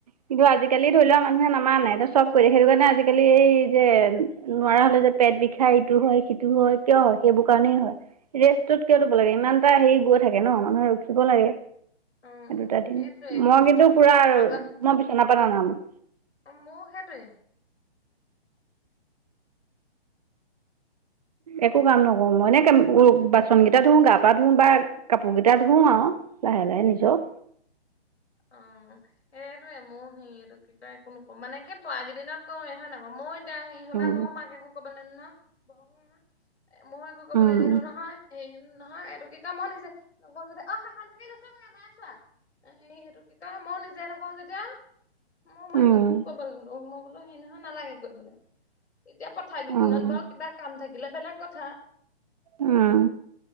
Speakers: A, on the right; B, on the left.
A: কিন্তু, আজিকালি ধৰিলওঁ মানুহে নামানে, চব কৰি দিয়ে, সেইটো কাৰণে আজিকালি এই যে নোৱাৰা হ'লে যে পেট বিষায়, ইটো হয় সিটো হয়, কিয় হয় সেইবোৰ কাৰণেই হয়। ৰেষ্টটো কিয় ল'ব লাগে, ইমান এটা হেৰি গৈ থাকে ন, মানুহে ৰখিব লাগে।
B: অ',
A: দুটা দিন,
B: সেইটোৱে
A: মই
B: সেইটো
A: কিন্তু
B: কাৰণে
A: পুৰা আৰু
B: আগত
A: মই বিচনা পৰা নানামো।
B: মোৰ সেইটোৱে।
A: একো কাম নকৰো মই, এনকে বাচন কেইটা ধো, গা পা ধুও বা কাপোৰ কেইটা ধোও আৰু। লাহে লাহে নিজৰ।
B: অ'। এইটোয়ে মোৰ সি এইটো কি কয়, একো নকৰোঁ, মানে কি পৰা কেইদিনত কৰোৱে হয় নাই বাৰু, মই এতিয়া হেৰি হলে
A: উম
B: মইয়ো মাক একো কৰিবলৈ নিডো নহয়, মইও একো কৰিব
A: উম
B: নীদো নহয়। হে নহয়, এইটো কি কয় কি কয়, মইও নিজে নকৰো যেতিয়া, মইও মাকো
A: উম
B: কৰিবলৈ নীদু, মই হেই নহয় নালাগে কৰিবলে, এতিয়া কথা হেই কেইদিনত
A: উম
B: বাৰু কিবা কাম থাকিলে বেলেগ কথা।
A: উম,